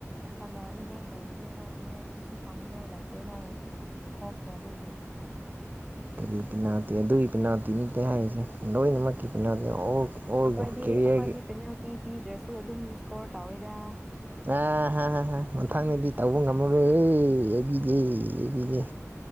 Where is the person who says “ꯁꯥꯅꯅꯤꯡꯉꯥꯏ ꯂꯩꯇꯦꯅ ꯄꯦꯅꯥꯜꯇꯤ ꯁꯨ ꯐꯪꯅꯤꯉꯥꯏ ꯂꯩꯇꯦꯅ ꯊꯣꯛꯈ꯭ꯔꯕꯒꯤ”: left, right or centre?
Centre